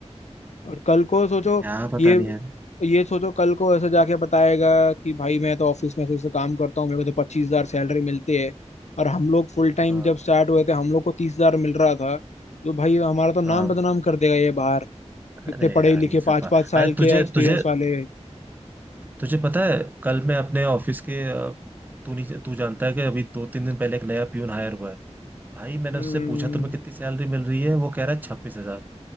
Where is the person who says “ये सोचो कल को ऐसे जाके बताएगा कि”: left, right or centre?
Left